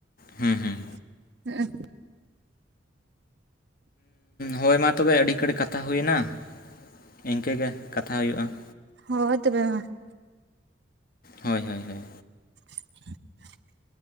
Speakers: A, on the left (about 50°); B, on the right (about 65°).
A: ᱦᱩᱸ ᱦᱩᱸ
B: <inaudible>
A: ᱦᱳᱭ ᱢᱟ ᱛᱚᱵᱮ ᱟᱹᱰᱤ ᱠᱟᱹᱲᱤᱜ ᱠᱟᱛᱷᱟ ᱦᱳᱭᱱᱟ ᱾ ᱤᱱᱠᱟᱹ ᱜᱮ ᱠᱟᱛᱷᱟ ᱦᱳᱭᱳᱜᱼᱟ ᱾
B: ᱦᱳᱭ ᱛᱚᱵᱮ ᱢᱟ ᱾
A: ᱦᱳᱭ ᱦᱳᱭ ᱦᱳᱭ
B: <unintelligible>